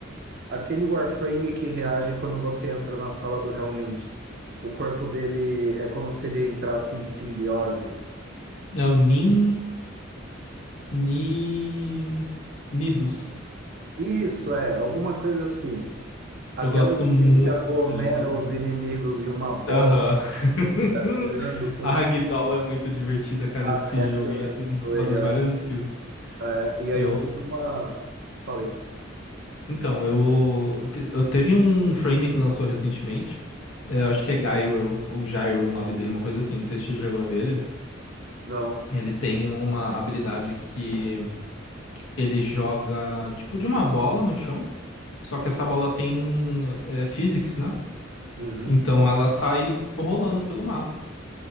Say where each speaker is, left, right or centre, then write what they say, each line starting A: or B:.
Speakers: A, on the right (about 50°); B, on the left (about 75°).
A: Aquele Warframe que reage quando você entra na sala do realmente. O corpo dele é como se ele entrasse em simbiose.
B: É o Nin... Ni... Nidus.
A: Isso é, alguma coisa assim. Aquela
B: Eu gosto
A: skill
B: muito
A: que aglomera
B: dele, inclusive.
A: os inimigos em uma bola
B: Aham.
A: que tu
B: <laughs>
A: fica atirando com.
B: A Ragdoll é muito divertida, cara,
A: Aí
B: desse jogo.
A: aquilo
B: E
A: é
B: essa
A: muito
B: é uma
A: legal.
B: das maiores skills.
A: É, e aí
B: Eu...
A: eu fiz uma. Falei,
B: Então, eu... te- Eu teve um frame que lançou recentemente. É, acho que é Gyro, ou Gyro, o nome dele, uma coisa assim. Não sei se você chegou a ver ele.
A: não.
B: Ele tem uma habilidade que... Ele joga tipo de uma bola no chão, só que essa bola tem é, physics, né?
A: Uhum,
B: Então ela sai rolando pelo mapa.